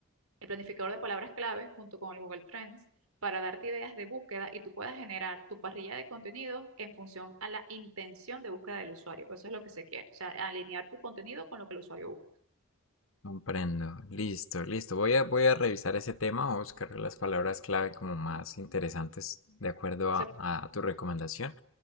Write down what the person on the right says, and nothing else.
el planificador de palabras clave, junto con el Google Trends, para darte ideas de búsqueda y tú puedas generar tu parrilla de contenidos en función a la intención de búsqueda del usuario. Pues eso es lo que se quiere, o sea, alinear tu contenido con lo que el usuario busca.
Entonces,